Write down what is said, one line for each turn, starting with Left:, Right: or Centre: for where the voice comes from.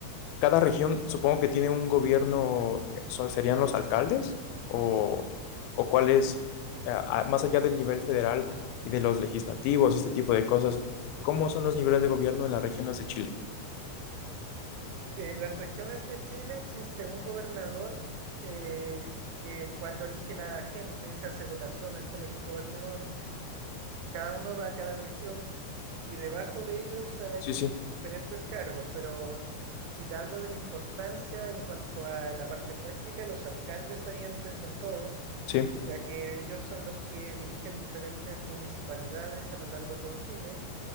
Left: cada región supongo que tiene un gobierno, ¿so- ¿serían los alcaldes? ¿O, o cuál es, ah, ah, más allá del nivel federal y de los legislativos y este tipo de cosas, cómo son los niveles de gobierno en las regiones de Chile?
Right: En las regiones de Chile existe un gobernador, eh, el cual lo elige la gente, se hace votaciones para elegir gobernadores, cada uno va a cada región y debajo de ellos hay
Left: Sí, sí,
Right: diferentes cargos, pero si te hablo de la importancia en cuanto a la parte práctica, los alcaldes ahí entran con todo,
Left: sí,
Right: ya que ellos son los que dirigen diferentes municipalidades a lo largo de todo Chile.